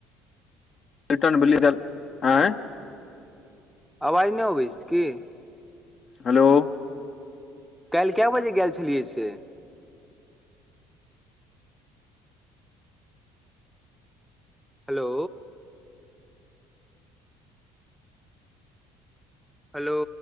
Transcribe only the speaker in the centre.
आवाज नय अबैत छै की
काल्ह कए बजे गेल छलियै से हेलो हेलो